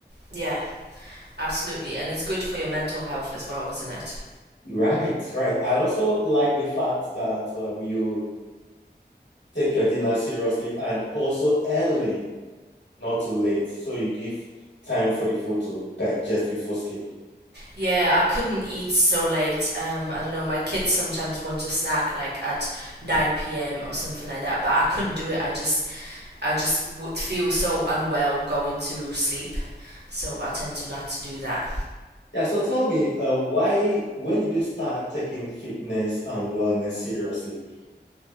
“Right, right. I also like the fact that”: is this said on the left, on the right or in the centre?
Left